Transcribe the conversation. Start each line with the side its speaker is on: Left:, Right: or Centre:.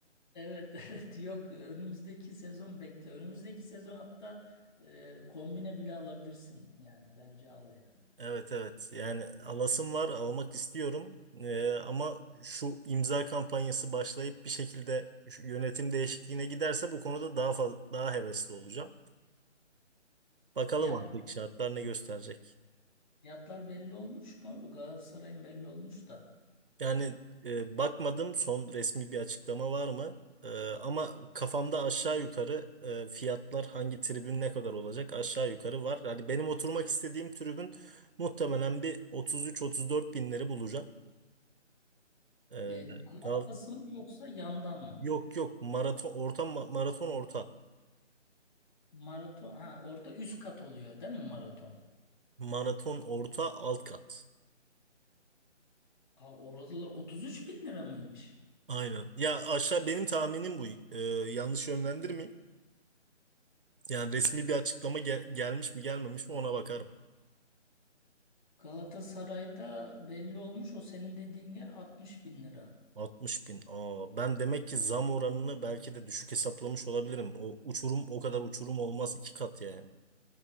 Left: evet <laughs> evet yok önümüzdeki sezon bekle. Önümüzdeki sezon hatta e, kombine bile alabilirsin yani bence al yani.
Right: Evet evet yani alasım var almak istiyorum Ee, ama şu imza kampanyası başlayıp bir şekilde şu yönetim değişikliğine giderse bu konuda daha fazla daha hevesli olacağım. Bakalım
Left: Fiyat
Right: artık şartlar ne gösterecek.
Left: Fiyatlar belli olmuş mu? Galatasaray'ın belli olmuş da.
Right: Yani e, bakmadım son resmi bir açıklama var mı? E, ama kafamda aşağı yukarı e, fiyatlar hangi tribün ne kadar olacak aşağı yukarı var. Hani benim oturmak istediğim tribün muhtemelen bir 33-34 binleri bulacak. E,
Left: E,
Right: Gal-
Left: markası mı yoksa yandan mı?
Right: yok yok maraton orta ma- maraton orta
Left: Maraton. Ha orta üst kat oluyor değil mi maraton?
Right: maraton orta alt kat.
Left: Aa, oradalar 33 bin lira mıymış?
Right: Aynen. Ya aşağı benim tahminim bu. E, yanlış yönlendirmeyeyim. Yani resmi bir açıklama gel- gelmiş mi gelmemiş mi ona bakarım.
Left: Galatasaray'da belli olmuş o senin dediğin yer 60 bin lira.
Right: 60 bin. Aa, ben demek ki zam oranını belki de düşük hesaplamış olabilirim. O uçurum o kadar uçurum olmaz iki kat yani.